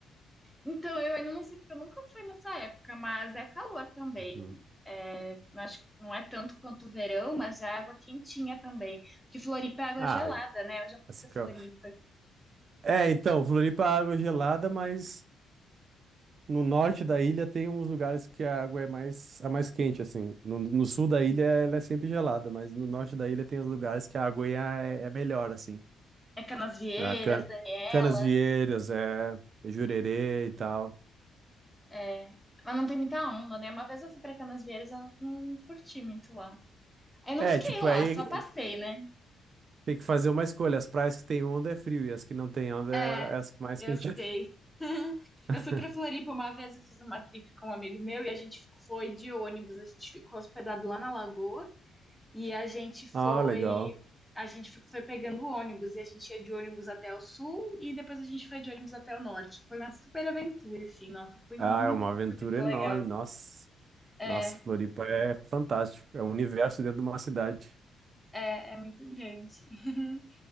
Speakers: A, in the centre; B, on the right (about 50°).
A: Então, eu ainda não sei, porque eu nunca fui nessa época, mas é calor também.
B: Hum.
A: É, não acho, não é tanto quanto o verão, mas é água quentinha também. Porque Floripa é água
B: Ai,
A: gelada, né? Eu já fui
B: assim
A: pra
B: que
A: Floripa.
B: eu- É, então, Floripa, a água é gelada, mas no norte da ilha tem uns lugares que a água é mais, a mais quente, assim. No, no sul da ilha ela é sempre gelada, mas no norte da ilha tem os lugares que a água é, é melhor, assim.
A: É Canasvieiras,
B: A can,
A: Daniel.
B: canas é, é Jurerê e tal.
A: É, mas não tem muita onda, né? Uma vez eu fui pra Canasvieiras, eu não curti muito lá. Aí eu
B: É,
A: não fiquei
B: tipo,
A: lá,
B: aí
A: só passei, né?
B: tem que fazer uma escolha. As praias que tem onda é frio e as que não tem onda
A: É,
B: é, é as que mais
A: eu
B: quente.
A: sei.
B: <laughs>
A: Eu fui pra Floripa uma vez, eu fiz uma trip com um amigo meu e a gente foi de ônibus, a gente ficou hospedado lá na Lagoa e a gente
B: Ah,
A: foi
B: legal.
A: a gente foi pegando ônibus e a gente ia de ônibus até o sul e depois a gente foi de ônibus até o norte. Foi uma super aventura assim, nossa, foi
B: Ah,
A: muito,
B: é uma
A: muito
B: aventura
A: muito
B: enorme,
A: legal.
B: nossa.
A: É,
B: Nossa, Floripa é fantástico. É um universo dentro de uma cidade.
A: é, é muito grande. <laughs>